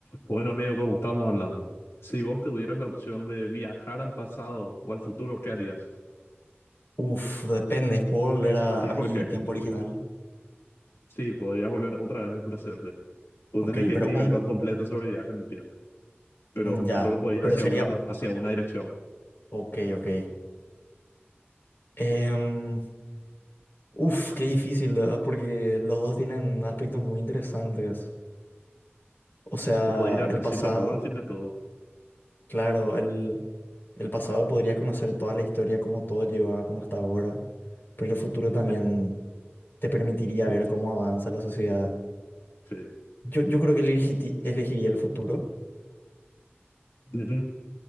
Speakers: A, on the left; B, on the left.
A: Bueno, amigo, ¿cómo estamos hablando? Si vos tuvieras la opción de viajar al pasado o al futuro, ¿qué harías?
B: Uf, depende. ¿Puedo volver a,
A: ¿Y
B: a
A: por
B: mi
A: qué?
B: tiempo original?
A: Sí, podrías volver otra vez al presente. Ponele
B: Ok,
A: que
B: pero
A: es libertad
B: un...
A: completa sobre viaje en el tiempo, pero
B: mm, Ya,
A: solo puede ir
B: pero
A: hacia
B: sería...
A: uno, hacia una dirección.
B: Ok, ok. Em, uf, qué difícil, ¿verdad? porque los dos tienen aspectos muy interesantes. O sea,
A: O puede ir al
B: el
A: principio
B: pasado,
A: a todo, al fin de todo.
B: claro, el, el pasado podrías conocer toda la historia, cómo todo lleva, a como hasta ahora, pero el futuro también
A: Sí.
B: te permitiría
A: <laughs>
B: ver cómo avanza la sociedad.
A: Sí.
B: Yo, yo creo que elegiti- elegiría el futuro.
A: Ujú.